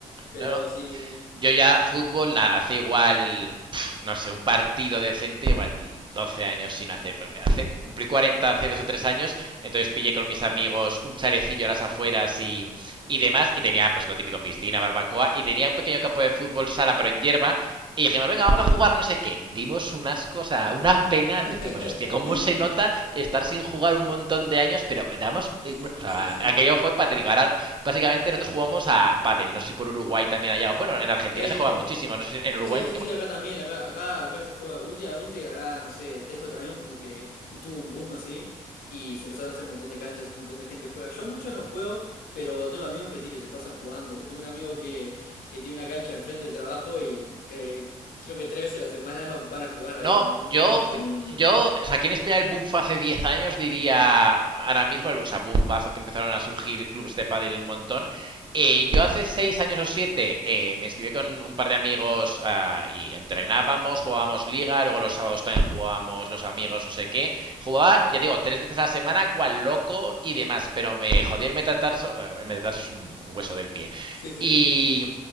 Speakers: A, on the left (about 80°); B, on the right (about 30°).
A: Pero
B: No, no,
A: sí, sí.
B: Yo ya fútbol hace igual, pf, no sé, un partido decente, igual 12 años sin hacer. Porque hace, cumplí 40 hace dos o tres años, entonces pillé con mis amigos un chalecillo a las afueras y, y demás, y tenía pues lo típico, piscina, barbacoa, y tenía un pequeño campo de fútbol sala, pero en hierba, y dijimos, venga, vamos a jugar no sé qué. Dimos unas cosas, una pena, decimos,
A: <laughs>
B: hostia, cómo se nota estar sin jugar un montón de años, pero damos, eh,
A: Sí,
B: o sea,
A: sí, sí.
B: aquello fue patético. Ahora Básicamente nosotros jugamos a pádel. No sé si por Uruguay también haya. Bueno, en Argentina
A: Eh,
B: se juega muchísimo. No sé si en
A: Sí,
B: Uruguay
A: sí, sí, acá también, acá, acá, acá se juega. Últimamente, hará, no sé, tres cuatro años como que tuvo un boom así. Y se empezaron a hacer un montón de canchas, un montón de gente juega. Yo mucho no juego, pero tengo amigos que sí, que se pasan jugando. Tengo un amigo que, que tiene una cancha enfrente del trabajo y que creo que tres veces a la semana <laughs> van a jugar ahí
B: No,
A: con los compañeros.
B: yo,
A: <laughs>
B: yo, o sea, aquí en España el boom fue hace 10 años, diría, ahora mismo, el, o sea, boomazo que empezaron a surgir clubs de pádel un montón. Eh, yo hace 6 años o 7 eh, me inscribí con un par de amigos ah, y entrenábamos, jugábamos liga, luego los sábados también jugábamos los amigos, no sé qué. Jugaba, ya digo, tres veces a la semana, cual loco y demás, pero me jodí el metatarso, el metatarso es un, un hueso del pie.
A: Sí, sí,
B: Y
A: sí.